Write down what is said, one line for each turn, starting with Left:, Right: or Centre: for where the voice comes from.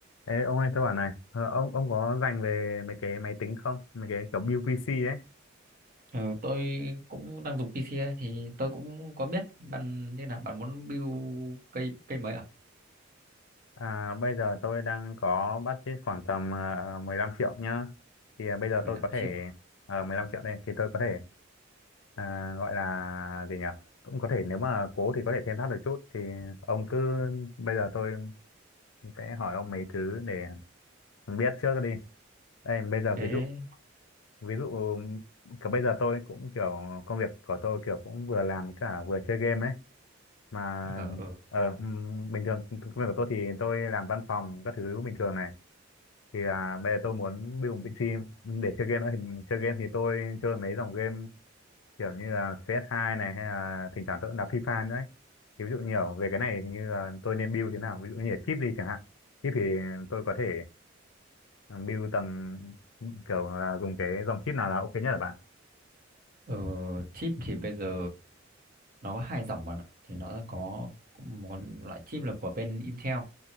Left: Ê, ông ơi tôi bảo này ờ, ông ông có dành về mấy cái máy tính không mấy cái kiểu build PC ấy
Right: Ừ, tôi cũng đang dùng PC ấy, thì tôi cũng có biết bạn như nào bạn muốn build cây cây mấy à
Left: à, bây giờ tôi đang có budget khoảng tầm ờ, mười 15 triệu nhá thì à, bây giờ
Right: 15
Left: tôi có thể
Right: triệu
Left: uh, 15 triệu đây thì tôi có thể à, gọi là gì nhỉ cũng có thể nếu mà cố thì có thể thêm thắt được chút thì ông cứ bây giờ tôi sẽ hỏi ông mấy thứ để biết trước đi Đây bây giờ
Right: cái
Left: ví dụ ví dụ cả bây giờ tôi cũng kiểu công việc của tôi kiểu cũng vừa làm cả vừa chơi game ấy mà
Right: ờ ừ.
Left: ờ ừm, bình thường công công việc của tôi thì tôi làm văn phòng các thứ bình thường này thì là bây giờ tôi muốn build một PC để chơi game nữa thì chơi game thì tôi chơi mấy dòng game kiểu như là CS2 này hay là thỉnh thoảng tôi cũng đá FIFA nữa ấy. thì ví dụ nhiều về cái này thì như là tôi nên build thế nào ví dụ như là chip đi chẳng hạn chip thì tôi có thể ừ, build tầm kiểu là dùng cái dòng chip nào là ok nhất là bạn
Right: ừ. chip thì bây giờ nó có hai dòng bạn ạ thì nó có có một loại chip là của bên Intel